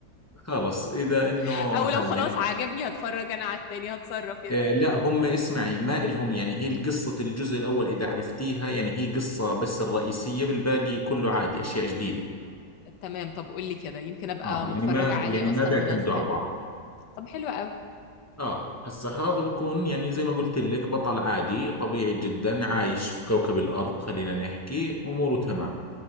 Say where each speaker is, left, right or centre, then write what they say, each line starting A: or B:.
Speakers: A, on the left (about 20°); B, on the left (about 80°).
A: خلص إذا إنه
B: <laughs> او
A: هاي
B: لو خلاص
A: يعني
B: عجبني هتفرج انا على التاني هتصرف يا
A: آه
B: سيدي
A: لا هم اسمعي ما إلهم يعني هي قصة الجزء الأول إذا عرفتيها يعني هي قصة بس الرئيسية بالباقي كله عادي أشياء جديدة
B: تمام طب قول لي كده يمكن ابقى
A: اه يعني
B: متفرجة
A: ما
B: عليه
A: يعني
B: اصلا
A: ما بيعتمدوا
B: وناسية
A: على بعض
B: طب حلو قوي
A: اه هسا هذا بيكون يعني زي ما قلت لك بطل عادي طبيعي جدا عايش في كوكب الأرض خلينا نحكي أموره تمام